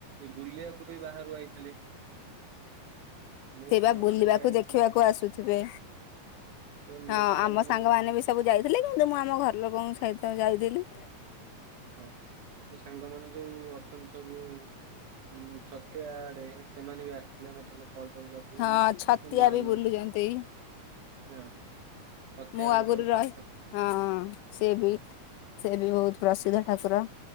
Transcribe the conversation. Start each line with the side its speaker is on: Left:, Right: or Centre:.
Right: ଏ ବୁଲିବାକୁ ବି ବାହାରୁ ଆଇଥିଲେ। ମୋ
Left: ସେଇ
Right: ସାଙ୍ଗମାନେ
Left: ବା ବୁଲିବାକୁ
Right: ବି ଆଇଥିଲେ।
Left: ଦେଖିବାକୁ ଆସୁଥିବେ।
Right: ସେ ମୋ
Left: ହଁ
Right: ସାଙ୍ଗମାନେ
Left: ଆମ ସାଙ୍ଗ ମାନ ବି ସବୁ ଯାଇଥିଲେ କିନ୍ତୁ ମୁଁ ଆମ ଘର ଲୋକଙ୍କ ସହିତ ଯାଇଥିଲି।
Right: ହଁ ସାଙ୍ଗ ମାନ ଯୋଉ ଅଛନ୍ତି ସବୁ ଉଁ ଛତିଆଡେ ସେମାନେ ବି ଆସିଥିଲେ ମତେ। <unintelligible>
Left: ହଁ
Right: ମୟୂରଭଞ୍ଜ
Left: ଛତିଆ ବି ବୁଲୁଛନ୍ତି।
Right: ହଁ। ଛତିଆ
Left: ମୁଁ ଆଗରୁ
Right: ବଟ ଶ୍ରୀ
Left: ରହି
Right: ଠାକୁର
Left: ହଁ ସିଏ ବି ସିଏ ବି ବହୁତ ପ୍ରସିଦ୍ଧ ଠାକୁର।